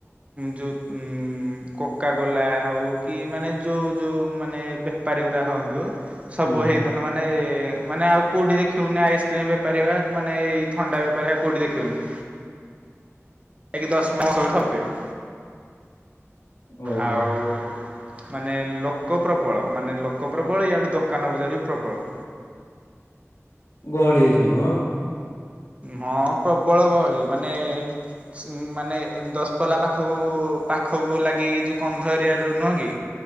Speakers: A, on the right; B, on the left.
A: ଯେଉଁକୋକା କୋଲା ହେଉ କି? ମାନେ ଯୋଉ ଯୋଉ ମାନେ ବେପାରୀ ଗୁଡା ହୁଅନ୍ତୁ ସବୁ
B: ହୁଁ
A: ହେଇଠି ତେଣୁ ମାନେ, ମାନେ ଆଉ କେଉଁଠି ଦେଖିବୁନି ଆଇସ୍କ୍ରିମ୍ ବେପାରୀ ହେ ଉ ମାନେ ଏଇ ଥଣ୍ଡା ବେପାରୀ ହେ କେଉଁଠି ଦେଖିବୁନି। ଆ ଦଶ ପନ୍ଦ ବ ଭବେ <inaudible>
B: ଓହୋ
A: ଆଉ! ମାନେ ଲୋକ ପ୍ରବଳ ମାନେ ଲୋକ ପ୍ରବଳ, ୟାଡୁ ଦୋକାନ ବଜାର ବି ପ୍ରବଳ।
B: <inaudible>
A: ହଁ ପ୍ରବଳ ଗହଳି ମାନେ। ଉ ମାନେ ଦଶପଲା ପାଖକୁ, ପାଖକୁ ଲାଗିକି ଯୋଉ କନ୍ଧ ଏରିଆ ର ନୁହଁ କି?